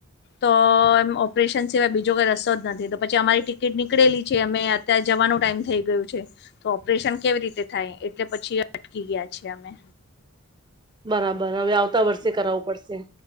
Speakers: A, on the left; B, on the right.
A: તો એમ, ઓપરેશન સિવાય બીજો કઈ રસ્તો જ નથી. તો પછી અમારી ટિકિટ નીકળેલી છે, અમે. ત્યાં જવાનું ટાઈમ થઈ ગયું છે. તો ઓપરેશન કેવી રીતે થાય? એટલે પછી અટકી ગયા છીએ અમે.
B: બરાબર, હવે આવતા વર્ષે કરાવવું પડશે.